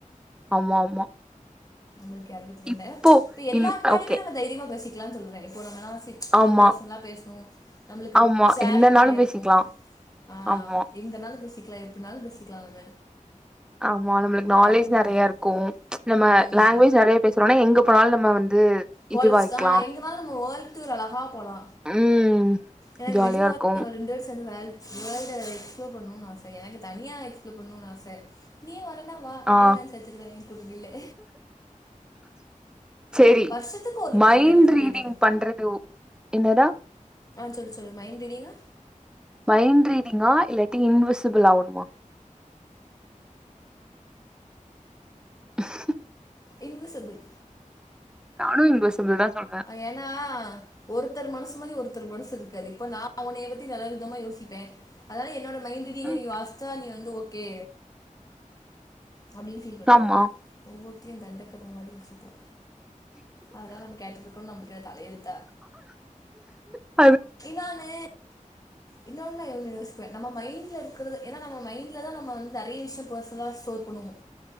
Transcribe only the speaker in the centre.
ஆமா ஆமா
இப்போ
இன்
ஓகே
ஆமா
ஆமா
என்னனாலு
பேசிக்கலா
ஆமா
ஆமா நம்மளுக்கு
நாலேஜ் நெறய
இருக்கு நம்ம
லாங்குவேஜ் நெறய பேச இன்னொன்னு எங்க போனாலு நம்ம வந்து
இதுவாய்க்கலா
ம்
ஜாலியா
இருக்கு
ஆ
சேரி
மைண்ட்
ரீடிங்
பண்றது உ என்னடா
மைண்ட் ரீடிங்கா இல்லாட்டி இன்விசிபிள் ஆவனுமா ஹ
நானு இன்விசிபிள் தா சொல்ற
ம்
ஆமா
ஆ